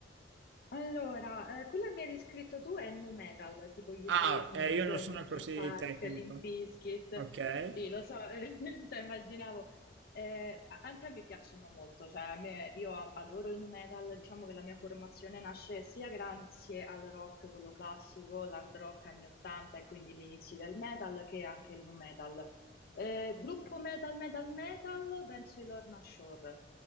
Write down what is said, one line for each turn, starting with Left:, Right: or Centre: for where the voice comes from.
Left: Allora, eh, quello che mi hai descritto tu è nu metal, tipo gli
Right: Ah,
Left: Slipknot,
Right: eh, io non sono
Left: Linkin
Right: così
Left: Park,
Right: tecnico.
Left: Limp Bizkit.
Right: Ok.
Left: Sì, lo so, <laughs> eh, cioè, immaginavo. Eh, a- anche a me piacciono molto, cioè a me, io a- adoro il nu metal, diciamo che la mia formazione nasce sia grazie al rock, quello classico, l'hard rock anni 80 e quindi gli inizi del metal, che anche il nu metal. Eh, gruppo metal, metal, metal, penso i Lorna Shore,